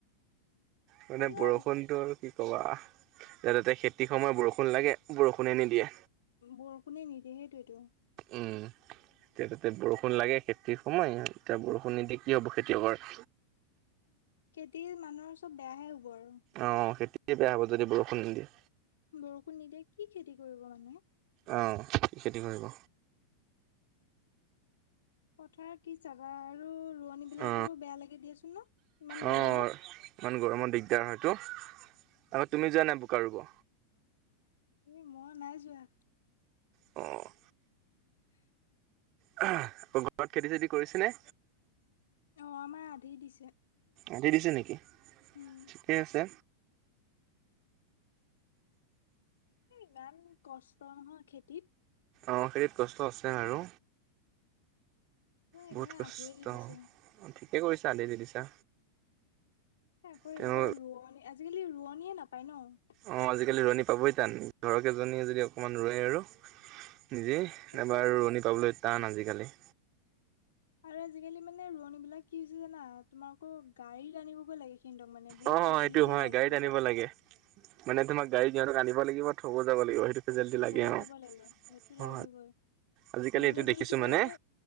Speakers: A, on the right; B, on the left.
A: মানে
B: তোমাৰ
A: বৰষুণটো আৰু কি কবা। ইয়াত তাতে খেতিৰ সময়ত বৰষুণ লাগে বৰষুণে নিদিয়ে।
B: বৰষুণে নিদিয়ে সেইটোৱেই টো।
A: উম, এতিয়া তাতে বৰষুণ লাগে খে তিৰ সময় এতিয়া বৰষুণ নিদি কি হ'ব খেতিয়েকৰ?
B: খেতিৰ মানুহৰ চব বেয়াহে হ'ব আৰু।
A: অহ, খেতিয়ে বেয়া হ'ব যদি বৰষুণ নিদিয়ে।
B: বৰষুণ নিদিয়ে কি খেতি কৰিব মানুহে?
A: অহ <unintelligible> খেতি কৰিব।
B: পথাৰ কি চাবা আৰু ৰোৱনী বিলাকৰ
A: অ
B: লৈও বেয়া লাগে দিয়াচোন ন, ইমান
A: অ
B: গৰমত।
A: ইমান গৰমৰ দিগদাৰ হয়তো। আকৌ তুমি যোৱা নাই বোকা ৰুব?
B: এই মই নাই যোৱা।
A: অ'।
B: <inaudible>
A: <unintelligible> ঘৰত খেতি চেতি কৰিছে নে।
B: অহ আমাৰ আধি দিছে।
A: আধি দিছে নেকি?
B: উম
A: ঠিকেই আছে।
B: ইমান কষ্ট নহয় খেতিত।
A: অ', খেতিত কষ্ট আছে আৰু।
B: মই সেইকাৰণে
A: বহুত কষ্ট
B: আধিয়ে দি দিছো।
A: অ', ঠিকে কৰিছা আধি দি দিছা।
B: আকৌ
A: তেওঁ
B: এইবাৰ ৰোৱনী আজিকালি ৰোৱনীয়ে নাপায় ন।
A: অ', আজিকালি ৰোৱনী পাবই টান, ঘৰৰ কেইজনীয়ে যদি অকণমান ৰোৱে আৰু নিজেই।
B: সঁচাকে
A: আমাৰ ৰোৱনী পাবলৈ টান আজিকালি।
B: আৰু আজিকালি মানে ৰোৱনী বিলাক কি হৈছে জানা, তোমাৰ আকৌ গাড়ীত আনিবগৈ লাগে। কিন্তু মানে বহুত
A: অ
B: ফেচিলিটি
A: সেইটো হয়
B: লাগে
A: গাড়ীত
B: সিহঁতক।
A: আনিব লাগে মানে তোমাৰ গাড়ীত সিহঁতক আনিব লাগিব, থ'বও যাব লাগিব সেইটো ফেচিলিটি
B: থ'ব
A: লাগে অ
B: যাব লাগিব সেইটো লাগিবৈ।
A: অ আজিকালি
B: নহ'লে
A: এইটো
B: যদি
A: দেখিছো
B: তুমি
A: মানে
B: এনে